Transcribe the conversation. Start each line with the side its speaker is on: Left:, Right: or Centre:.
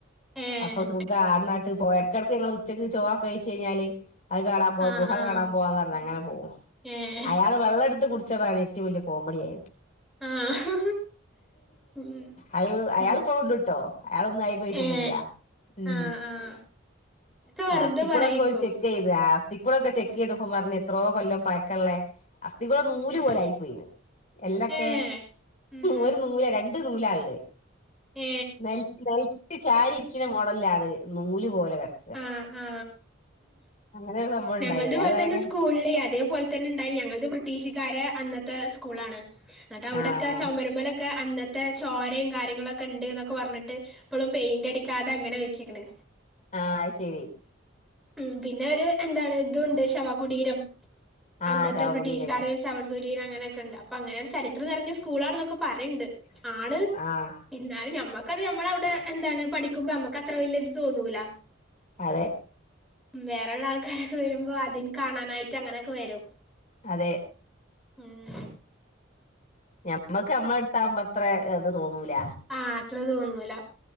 Centre: ഏഹ്
Left: അപ്പൊ സുഖാ ആട്ന്നാട്ട് പോയ്‌ ഇടക്കടക്ക് ഞങ്ങള് ഉച്ചക്ക് ചോറക്കേ കയ്ച്ചേയ്ഞ്ഞാല് അഹ് കാണാൻ പോകും
Centre: ആഹ്
Left: ഗുഹ
Centre: ആഹ്
Left: കാണാൻ പോവാന്നർഞ്ഞ്
Centre: ഉം
Left: അങ്ങനെ പോവും
Centre: ഏഹ്
Left: അയാള് വെള്ളട്ത്ത് കുടിച്ചതാണ് ഏറ്റം വല്യേ കോമഡിയായത്
Centre: ആഹ് ഉം
Left: അഹ് അയാള്
Centre: ഉം
Left: ഇപ്പളും ഇണ്ട്ട്ടോ അയാളൊന്നും ആയി പോയിട്ടൊന്നുല്ല
Centre: ഏഹ്
Left: ഉം
Centre: ആഹ് ആഹ് ഒക്കെ വെറുതെ
Left: ആസ്ഥിക്കൂടൊക്കെ
Centre: പറയേക്കും
Left: ഒര് ചെക്കയ്ത് ആസ്ഥിക്കൂടൊക്കെ ചെക്കയ്തപ്പൊ
Centre: ഉം
Left: പറഞ്ഞ് എത്രോ കൊല്ലം പയ്ക്കള്ളേ അസ്ഥിക്കൂടം നൂല്
Centre: ഉം ഉം
Left: പോലെ ആയി പോയിന്ന് എല്ലൊക്കെ
Centre: ഏഹ് ഉം
Left: ഒര് നൂല രണ്ട് നൂല ഇള്ള്
Centre: ഏ
Left: നെൽ നെൽത്ത് ചാരിരിക്ക്ണ മോഡലിലാണ് നൂല് പോലെ കെട്
Centre: ആ ആ
Left: അങ്ങനെ ഒരു സംഭവം
Centre: ഞങ്ങളത്
Left: ഉണ്ടായിനി
Centre: ഇവട്ത്തന്നെ
Left: അത് ഭയങ്കര
Centre: സ്കൂളില് അതേപോലെ തന്നെ ഇണ്ടായിനീ ഞങ്ങളത് ബ്രിട്ടീഷ്ക്കാരെ അന്നത്തെ സ്കൂളാണ് ഇന്നട്ട് അവടൊക്കെ
Left: ആഹ്
Centre: ചോമര്മലൊക്കെ അന്നത്തെ ചോരിം കാര്യങ്ങളൊ ക്കെ ഇണ്ട്ന്നൊക്കെ പർഞ്ഞിട്ട് ഇപ്പളും പെയിന്റ അടിക്കാതെ അങ്ങനെ വെച്ചിക്ക്ണ്
Left: ആ അഹ് ശെരി
Centre: ഉം പിന്നെ ഒര് എന്താണ് ഇതും ഉണ്ട് ശവകുടീരം അന്നത്തെ
Left: ആഹ് ശവകുടീരല്ലേ
Centre: ബ്രിട്ടീഷ്കാരെ ശവ കുടിരം അങ്ങനെക്കെ ഇണ്ട് അപ്പൊ അങ്ങനെ ചരിത്രം നെർഞ്ഞ സ്കൂളാണ്ന്നൊക്കെ പറിയ്ണ്ട് ആണ്
Left: ആഹ്
Centre: ന്നാലും ഞമ്മക്കത് നമ്മള അവടെ എന്താണ് പഠിക്ക്മ്പോ നമ്മക്ക അത്ര വല്യയ ഇത് തോന്നൂല
Left: അതെ
Centre: വേറെള്ള ആൾക്കാരൊക്കെ വര്മ്പോ അതിൻ കാണാനായിട്ട് അങ്ങനൊക്കെ വരും
Left: അതെ
Centre: ഉം
Left: ഞമ്മക്ക് ഞമ്മള എടുത്താകുമ്പോ അത്ര അത് തോന്നൂല.
Centre: ആഹ് അത്ര തോന്നൂല